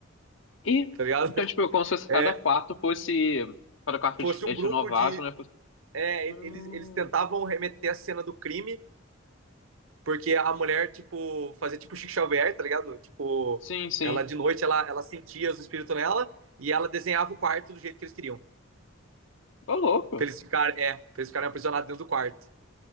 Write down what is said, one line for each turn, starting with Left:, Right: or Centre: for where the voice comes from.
Left: E,
Right: tá ligado?
Left: então, tipo, como se fosse
Right: É,
Left: cada quarto fosse. Cada quarto que
Right: fosse
Left: eles
Right: um
Left: eles
Right: grupo
Left: renovassem,
Right: de.
Left: né? Fosse...
Right: É,
Left: Hum,
Right: eles, eles tentavam remeter a cena do crime, porque a mulher, tipo, fazia tipo Chico Xavier, tá ligado? Tipo,
Left: sim, sim.
Right: ela de noite ela, ela sentia os espíritos nela e ela desenhava o quarto do jeito que eles queriam.
Left: Ô, louco.
Right: Pra eles ficarem, é, pra eles ficarem aprisionados dentro do quarto.